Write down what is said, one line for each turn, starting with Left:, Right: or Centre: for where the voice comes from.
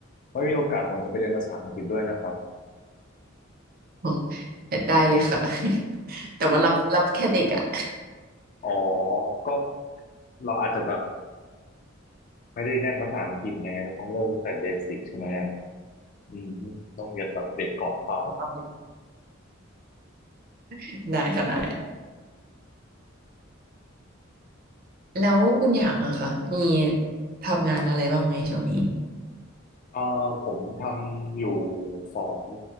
Left: ไว้มีโอกาสผมจะไปเรียนภาษาอังกฤษด้วยนะครับ
Right: อ๋อได้เลยค่ะ <laughs> แต่ว่ารับรับแค่เด็กอะ
Left: อ๋อก็เราอาจจะแบบไม่ได้แน่นภาษาอังกฤษไงเราต้องเริ่มตั้งแต่เบสิกใช่ไหมอืมต้องเรียนแบบเด็กก่อนเปล่า
Right: <laughs> เอาความเด็ก <laughs> ได้ค่ะได้แล้วคุณอย่างอะค่ะมีทำงานอะไรบ้างไหมช่วงนี้
Left: เอ่อผมทำอยู่สอง